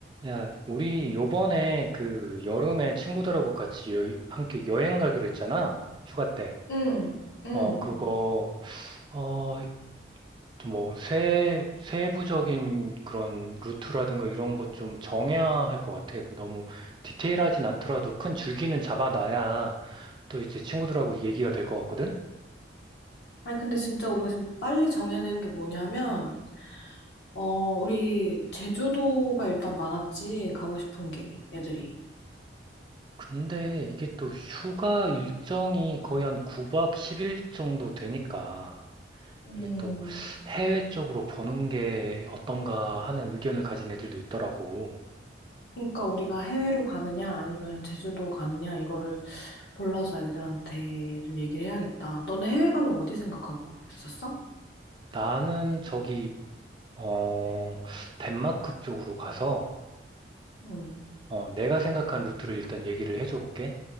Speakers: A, on the right; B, on the left.
A: 야, 우리 요번에 그 여름에 친구들하고 같이 여- 함께 여행 가기로 했잖아. 휴가 때.
B: 응, 응.
A: 어, 그거, 어, 좀뭐 세, 세부적인 그런 루트라든가 이런 것 좀 정해야 할 것 같아. 너무 디테일하진 않더라도 큰 줄기는 잡아놔야 또 이제 친구들하고 얘기가 될 것 같거든?
B: 아니, 근데 진짜 우리가 지금 빨리 정해야 되는 게 뭐냐면, 어, 우리 제주도가 일단 많았지, 가고 싶은 게, 애들이.
A: 근데 이게 또 휴가 일정이 거의 한 9박 10일 정도 되니까.
B: 음,
A: 이게 또 해외 쪽으로 보는 게 어떤가 하는 의견을 가진 애들도 있더라고.
B: 그러니까 우리가 해외로 가느냐, 아니면 제주도 가느냐, 이거를 골라서 애들한테 좀 얘기를 해야겠다. 너는 해외 가면 어디 생각하고 있었어?
A: 나는 저기, 어, 덴마크 쪽으로 가서,
B: 응,
A: 어, 내가 생각한 루트를 일단 얘기를 해줘 볼게.